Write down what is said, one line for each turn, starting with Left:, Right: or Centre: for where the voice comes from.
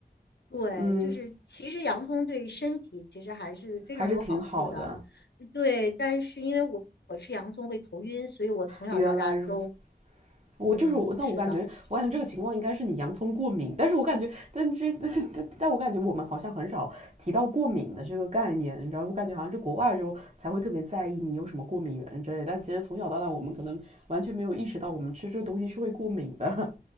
Left: 对，
Right: 嗯
Left: 就是其实洋葱对身体其实还是非常有好处的，
Right: 还是挺好的。
Left: 对。但是因为我我吃洋葱会头晕，所以我从小到大都
Right: 原来如此，我就是我，
Left: 嗯是的，
Right: 那我感觉，我感觉这个情况应该是你洋葱过敏，但是我感觉，但是但是但我感觉我们好像很少提到过敏的这个概念，你知道，我感觉好像是国外之后才会特别在意你有什么过敏源之类的，但其实从小到大我们可能完全没有意识到我们吃这个东西是会过敏的，